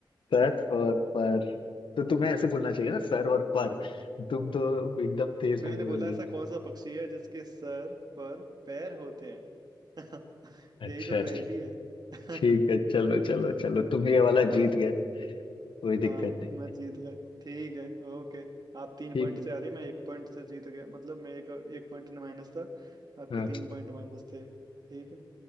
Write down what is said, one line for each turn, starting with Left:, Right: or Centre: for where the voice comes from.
Left: सर और पर तो तुम्हें ऐसे बोलना चाहिए ना सर और पर तुम तो एकदम तेज
Right: मैंने
Left: में बोल
Right: बोला
Left: दिए
Right: ऐसा कौन सा पक्षी है जिसके सर पर पैर होते हैं <laughs>
Left: अच्छा
Right: यही तो पहेली
Left: अच्छा।
Right: है <laughs>
Left: ठीक है चलो चलो चलो तुम ये वाला
Right: हार
Left: जीत गए कोई
Right: हाँ
Left: दिक्कत नहीं
Right: मैं जीत गया ठीक है ओके आप तीन
Left: ठीक
Right: पॉइंट से आ रहे मैं एक पॉइंट से जीत गया मतलब मैं एक एक पॉइंट माइनस था आपके
Left: हाँ
Right: तीन पॉइंट माइनस थे ठीक है